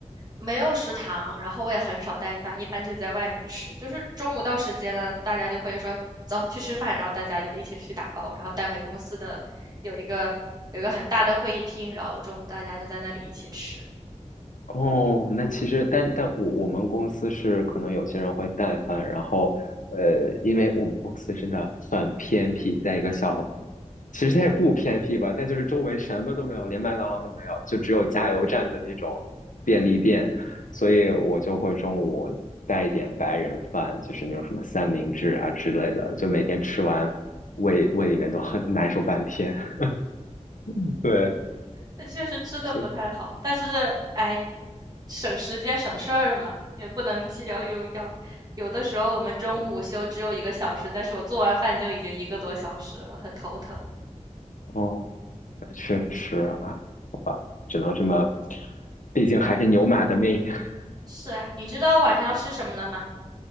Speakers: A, on the right; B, on the left.
A: 没有食堂，然后我也很少带饭，一般就在外面吃。就是中午到时间了，大家就会说走去吃饭，然后大家就一起去打包，然后带回公司的有一个有一个很大的会议厅，然后中午大家就在那里一起吃。
B: 哦，那其实，但但我我们公司是可能有些人会带饭，然后呃，因为我们公司真的很偏僻，在一个小，其实它也不偏僻吧，但就是周围什么都没有，连麦当劳都没有，就只有加油站的那种便利店，所以我就会中午带一点白人饭，就是那种什么三明治啊之类的，就每天吃完，胃胃里面都很难受半天，<laughs> 对，
A: 那确实吃的不太好，
B: 所以
A: 但是哎，省时间省事儿嘛，也不能既要又要。有的时候我们中午午休只有一个小时，
B: 对。
A: 但是我做完饭就已经一个多小时了，很头疼。
B: 哦，那确实，啊。只能这么，毕竟还是牛马的命。<laughs>
A: 是呀，你知道我晚上要吃什么了吗？